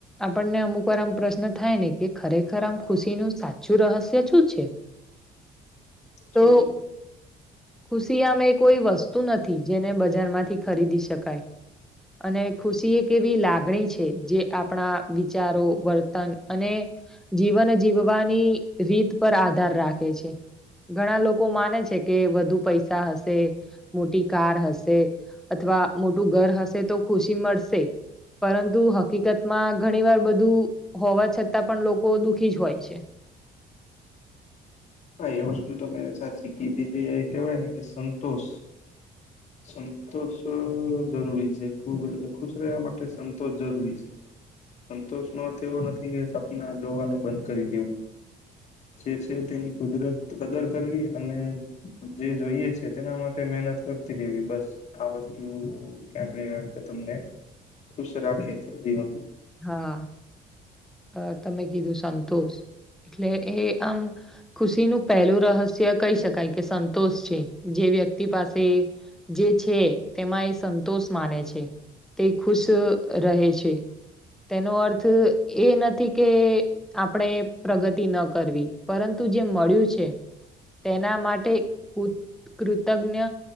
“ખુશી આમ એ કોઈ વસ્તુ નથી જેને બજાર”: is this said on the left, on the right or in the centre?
Centre